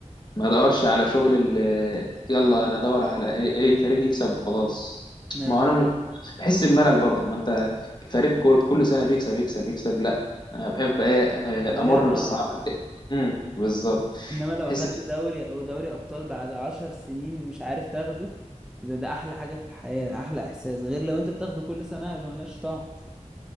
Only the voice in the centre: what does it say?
ايوه
مش هيبقى
ليها طعم
انما لو
اخدت دوري او دوري ابطال بعد عشر سنين مش عارف تاخده يبقى ده احلى حاجه في الحياه احلى احساس غير لو انت بتاخده كل سنه هيبقى ملهاش طعم